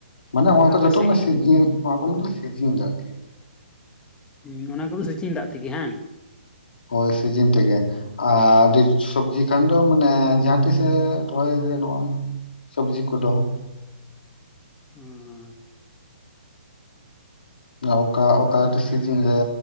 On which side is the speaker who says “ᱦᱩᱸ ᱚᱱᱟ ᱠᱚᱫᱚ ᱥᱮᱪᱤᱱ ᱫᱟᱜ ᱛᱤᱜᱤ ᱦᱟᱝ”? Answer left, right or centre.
Left